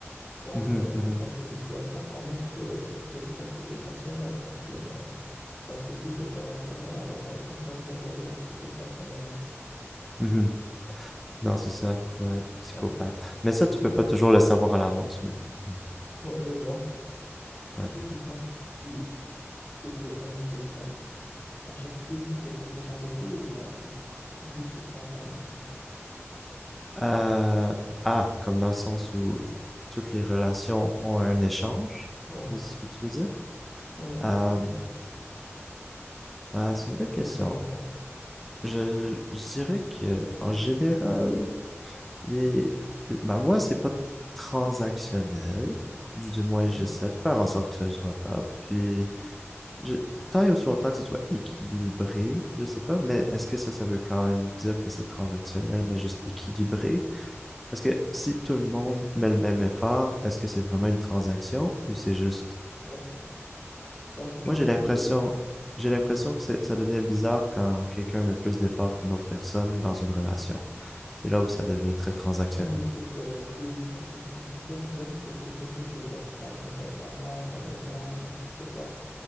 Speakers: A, on the left (about 30°); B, in the centre.
A: Genre,
B: Mhm,
A: euh,
B: mhm,
A: dans ces situations, ça montre que c'est tout à fait irrationnel. Parce qu'une, parce que si c'est irrationnel, alors euh, personne ne va choisir un psychopathe comme moi.
B: mhm. Non, c'est ça. Ouais, psychopathe.
A: Ouais.
B: Mais ça,
A: Et
B: tu
A: toi,
B: peux pas
A: tu,
B: toujours le savoir à l'avance, mais ouais.
A: Ouais, mais bon,
B: ouais.
A: toi, tu penses que, qu'il est- que pour aimer quelqu'un, on cherche toujours quelque chose en retour ou bien juste c'est spontané?
B: Euh, ah, comme dans le sens où toutes les relations ont un échange.
A: Ouais,
B: C'est ce que tu veux dire?
A: ouais, effectivement.
B: Euh, ah, c'est une bonne question.
A: Qu'est-ce qu'on t'en pense?
B: Je, je dirais que en général, les, bah moi, c'est pas transactionnel. Du, du moins,
A: Ouais,
B: j'essaie de faire en sorte que ce ne le soit pas. Puis, Je... Tant et aussi longtemps que ce soit équilibré, je sais pas, mais est-ce que ça, ça veut quand même dire que c'est transactionnel, mais juste équilibré? Parce que si tout le monde met le même effort, est-ce que c'est vraiment une transaction ou c'est juste...
A: ouais. Donc, je
B: Moi,
A: pense
B: j'ai l'impression,
A: que, ouais,
B: j'ai l'impression que ça devient bizarre quand quelqu'un met plus d'efforts qu'une autre personne dans une relation. C'est là où ça devient
A: ouais.
B: très transactionnel.
A: Moi, je trouve euh, ce qui est bizarre, c'est qu'une personne t'aime pour quelque chose que t'as. Par exemple, ton argent, ta maison, je sais pas,